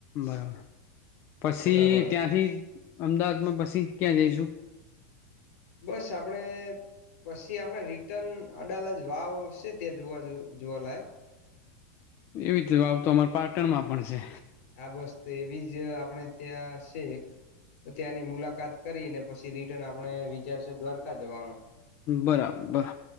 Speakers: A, on the left; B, on the left.
A: બરાબર પછી
B: બરાબર
A: ત્યાંથી અમદાવાદમાં પછી ક્યાં જઈશું
B: બસ આપણે પછી આપણે રિટર્ન અડાલાજ વાવ છે ત્યાં જોવા જોવાલાય
A: એવી રીતે આવ તો અમાર પા રટનમાં પણ છે
B: આ બસ્ત એ બીજ આપણે ત્યાં છે ત્યાંની મુલાકાત કરીને પછી રિટર્ન આપણે વિચારશે દ્વારકા જવાનો
A: બરાબર